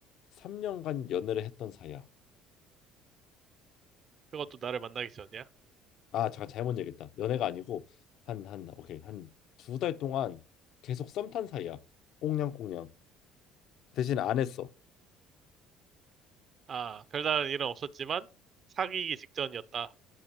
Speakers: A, on the left; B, on the right.
A: 3년간 연애를 했던 사이야.
B: 그것도 나를 만나기 전이야?
A: 아, 잠깐 잘못 얘기했다. 연애가 아니고 한 한 오케이 한 두 달 동안 계속 썸 탄 사이야. 꽁냥꽁냥. 대신 안 했어.
B: 아, 별다른 일은 없었지만 사귀기 직전이었다.